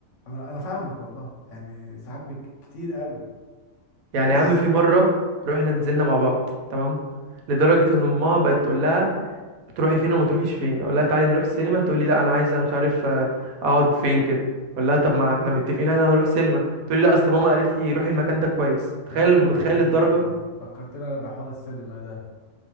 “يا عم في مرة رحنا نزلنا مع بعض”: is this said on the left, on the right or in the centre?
Right